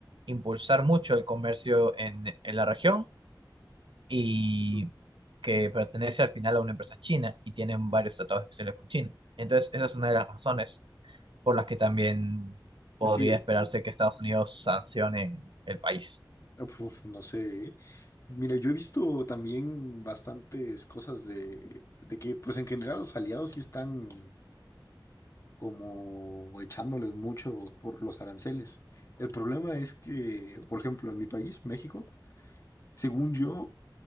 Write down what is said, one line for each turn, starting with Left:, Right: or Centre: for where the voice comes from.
Right: impulsar mucho el comercio en, en la región y
Left: Ujú.
Right: que pertenece al final a una empresa china y tienen varios tratados especiales con China. Entonces, esa es una de las razones por las que también podría
Left: Sí, es-
Right: esperarse que Estados Unidos sancione el país.
Left: uf, no sé. ¿eh? Mira, yo he visto también bastantes cosas de, de que, pues en general los aliados sí están como echándoles mucho por los aranceles. El problema es que, por ejemplo, en mi país, México, según yo,